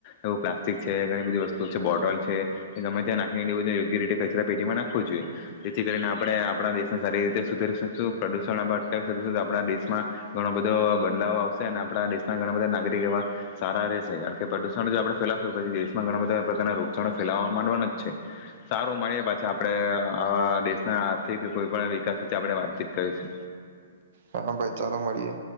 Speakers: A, on the left (about 40°); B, on the right (about 55°).
A: એવું પ્લાસ્ટિક છે ઘણી બધી વસ્તુ છે બોટલ છે, એ ગમે ત્યાં નાખીને દેવું યોગ્ય રીતે કચરા પેટીમાં નાખવું જોઈએ, જેથી કરીને આપણે આપણા દેશને સારી રીતે સુધારી શકશું. પ્રદૂષણ આપણે અટકાવસુ તો આપણા દેશમાં ઘણો બધો બદલાવ આવશે અને આપણા દેશના ઘણા બધા નાગરિક એવા સારા રહેશે કારણ કે પ્રદૂષણ જો આપણે ફેલાવસુ પછી દેશમાં ઘણા બધા પ્રકારના રોગચાળો ફેલાવવા માંડવાનો જ છે, સારું મળીએ પાછા આપણે આવા દેશના આર્થિક કોઈપણ વિકાસ વિશે આપણે વાતચીત કરીસુ.
B: હા ભાઈ ચાલો મળીએ.